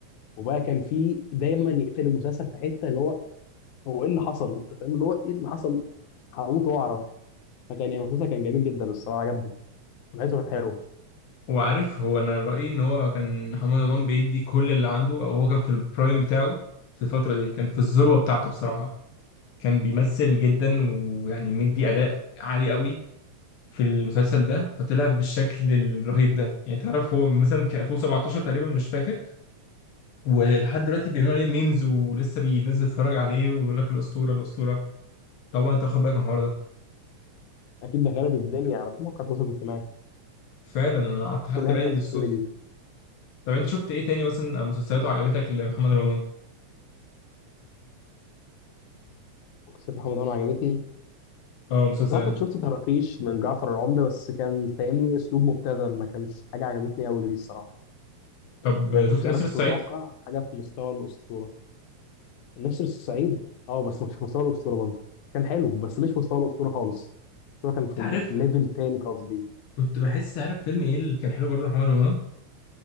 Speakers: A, on the left; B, on the left.
A: وبقى كان في دايما يقفل المسلسل في حته اللي هو هو ايه اللي حصل انت فاهم اللي هو ايه اللي حصل هموت واعرف فكان يعني المسلسل كان جميل جدا الصراحه عجبني ولقيته كان حلو
B: وعارف هو أنا رأيي إن هو كان محمد رمضان بيدي كل اللي عنده أو هو كان في البرايم بتاعه في الفترة دي كان في الذروة بتاعته بصراحة كان بيمثل جدا ويعني مدي اداء عالي قوي في المسلسل ده فطلع بالشكل الرهيب ده يعني تعرف هو مثلا كان 2017 تقريبا مش فاكر ولحد دلوقتي بيعملوا عليه ميمز ولسه بي- الناس بتتفرج عليه ويقول لك الاسطوره الاسطوره طبعا انت واخد بالك من الحوار ده
A: اكيد ده خرب الدنيا على مواقع التواصل الاجتماعي
B: فعلا انا قعدت خدت
A: كل حته
B: بالي
A: على
B: بالصدفه
A: السوشيال ميديا
B: طب انت شفت ايه تاني مثلا مسلسلاته عجبتك لمحمد رمضان
A: مسلسل محمد رمضان عجبتني
B: اه مسلسلات
A: بس انا كنت شفت طرافيش من جعفر العمدة بس كان فاهمني اسلوب مبتذل ما كانش حاجة عجبتني قوي ليه الصراحة
B: طب
A: ما كانش
B: شفت نسر
A: انا كنت
B: الصعيد
A: متوقع حاجة في مستوى الأسطورة نسر الصعيد اه بس مش في مستوى الأسطورة برضه كان حلو بس مش في مستوى الأسطورة خالص الأسطورة كان في
B: انت عارف
A: ليفل تاني قصدي
B: كنت بحس عارف فيلم ايه اللي كان حلو برضه محمد رمضان